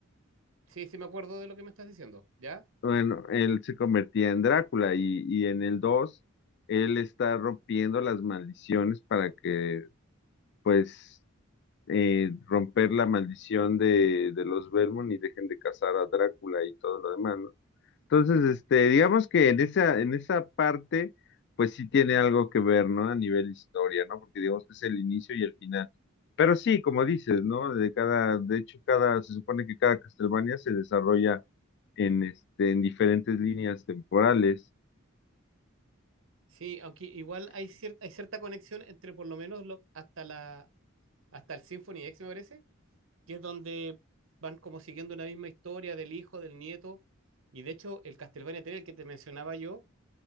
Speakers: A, on the right; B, on the left.
A: sí, sí me acuerdo de lo que me estás diciendo, ¿ya?
B: bueno, él se convertía en Drácula y, y en el 2 él está rompiendo las maldiciones para que, pues eh, romper la maldición de, de los Belmont y dejen de cazar a Drácula y todo lo demás, ¿no? Entonces, este, digamos que en esa, en esa parte, pues sí tiene algo que ver, ¿no? A nivel historia, ¿no? Porque digamos que es el inicio y el final. Pero sí, como dices, ¿no? De cada, de hecho, cada, se supone que cada Castlevania se desarrolla en este, en diferentes líneas temporales.
A: Sí, aunque igual hay, cierta hay cierta conexión entre por lo menos lo hasta, la, hasta el Symphony X, me parece, que es donde van como siguiendo una misma historia del hijo, del nieto. Y de hecho, el Castlevania 3, el que te mencionaba yo,